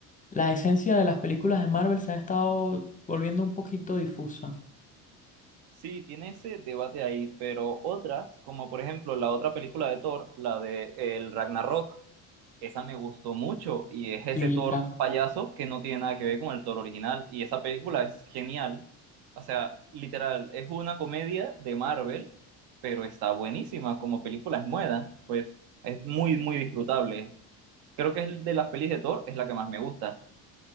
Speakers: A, on the left; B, on the right.
A: la esencia de las películas de Marvel se ha estado volviendo un poquito difusa.
B: sí, tiene ese debate ahí. Pero otras, como por ejemplo la otra película de Thor, la de el Ragnarok. Esa me gustó mucho y es ese
A: Sí,
B: toro
A: claro.
B: payaso que no tiene nada que ver con el toro original y esa película es genial. O sea, literal, es una comedia de Marvel, pero está buenísima como película es muda, pues es muy, muy disfrutable. Creo que es de las pelis de Thor, es la que más me gusta.